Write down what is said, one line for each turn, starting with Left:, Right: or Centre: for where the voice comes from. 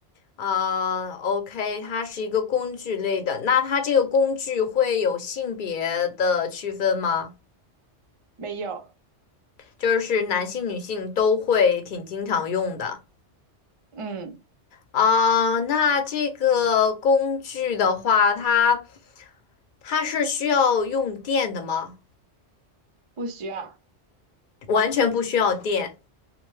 Left: 啊，OK，它是一个工具类的，那它这个工具会有性别的区分吗？
Right: 没有，
Left: 就是男性、女性都会挺经常用的
Right: 嗯，
Left: 啊。那这个工具的话，它它是需要用电的吗？
Right: 不需要，
Left: 完全不需要电，